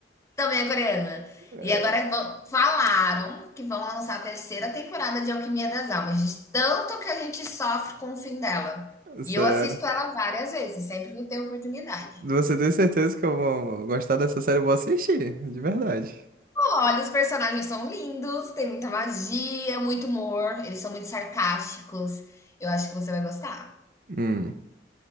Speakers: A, on the left (about 15°); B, on the right (about 50°).
A: Também é coreana.
B: É,
A: E agora vão- falaram que vão lançar a terceira temporada de Alquimia das Almas, de tanto que a gente sofre com o fim dela. E
B: sério.
A: eu assisto ela várias vezes, sempre que eu tenho oportunidade.
B: Você tem certeza que eu vou gostar dessa série? Eu vou assistir, de verdade.
A: Olha, os personagens são lindos, tem muita magia, muito humor, eles são muito sarcásticos. Eu acho que você vai gostar.
B: Hum.